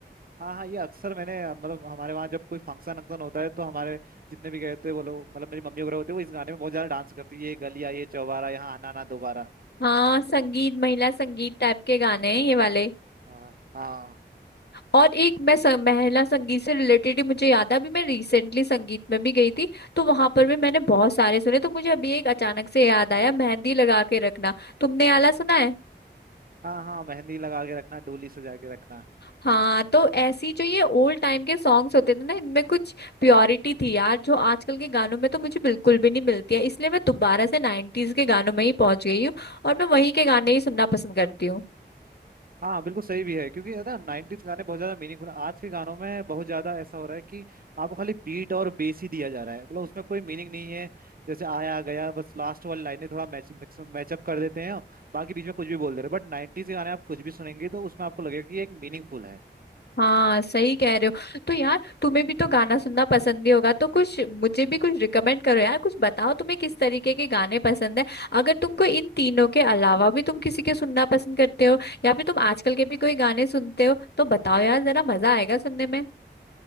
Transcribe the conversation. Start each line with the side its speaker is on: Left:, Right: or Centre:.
Right: हाँ हाँ ये अक्सर मैंने मतलब हमारे वहाँ जब कोई फंक्शन वंक्शन होता है तो हमारे जितने भी गए थे वो लोग मतलब मेरी मम्मी वगैरह होते हैं वो इस गाने में बहुत ज्यादा डांस करती है ये गलियां ये चौबारा यहाँ आना ना दोबारा
Left: हाँ संगीत महिला संगीत टाइप के गाने
Right: हाँ
Left: हैं ये वाले
Right: हाँ हाँ
Left: और एक मैं स- महिला संगीत से रिलेटेड ही मुझे याद है अभी मैं रिसेंटली संगीत में भी गई थी तो वहां पर भी मैंने बहुत सारे सुने तो मुझे अभी एक अचानक से याद आया मेहंदी लगा के रखना तुमने ये वाला सुना है
Right: हाँ हाँ मेहंदी लगा के रखना डोली सजा के रखना
Left: हाँ तो ऐसी जो ये ओल्ड टाइम के सॉन्ग्स होते थे ना इनमें कुछ प्योरिटी थी यार जो आजकल के गानों में तो मुझे बिल्कुल भी नहीं मिलती है इसलिए मैं दोबारा से नाइन्टीज के गानों में ही पहुंच गई हूँ और मैं वहीं के गाने ही सुनना पसंद करती हूँ
Right: हाँ बिल्कुल सही भी है क्योंकि है ना नाइनटीज गाने बहुत ज्यादा मीनिंगफुल आज के गानों में बहुत ज्यादा ऐसा हो रहा है कि आपको खाली बीट और बेस ही दिया जा रहा है मतलब उसमें कोई मीनिंग नहीं है जैसे आया गया बस लास्ट वाली लाइनें थोड़ा मैच मैचअप कर देते हैं बाकी बीच में कुछ भी बोल दे रहे हैं बट नाइनटीज के गाने आप कुछ भी सुनेंगे तो उसमें आपको लगेगा कि ये एक मीनिंगफुल है
Left: हाँ सही कह रहे हो तो यार तुम्हें भी तो गाना सुनना पसंद ही होगा तो कुछ मुझे भी कुछ रिकमेंड करो यार कुछ बताओ तुम्हें किस तरीके के गाने पसंद है अगर तुमको इन तीनों के अलावा भी तुम किसी के सुनना पसंद करते हो या फिर तुम आजकल के भी कोई गाने सुनते हो तो बताओ यार जरा मजा आएगा सुनने में